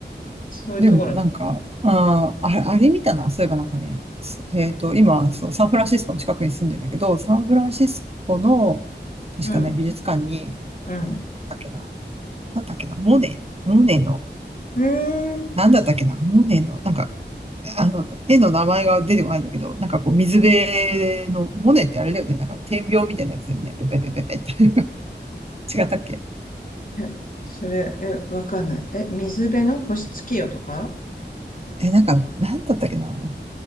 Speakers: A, on the left; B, on the right.
A: そういうところに、
B: でも、なんか、ああ、あれ、あれ見たな。そういえばなんかね、すえっと、今、そう、サンフランシスコの近くに住んでんだけど、サンフランシスコの、確かね、
A: うん。
B: 美術館に、
A: うん。
B: だっけな、なんだっけな、モネ、モネの、
A: うーん。
B: なんだったっけな、モネの、なんか、あの、絵の名前が出てこないんだけど、なんかこう、水辺の、モネってあれだよね、なんか、点描みたいなやつだよね、ペペペペペって。<laughs> 違ったっけ
A: え、それ、え、わかんない。え、水辺の星月夜とか
B: え、なんか、なんだったっけな。なん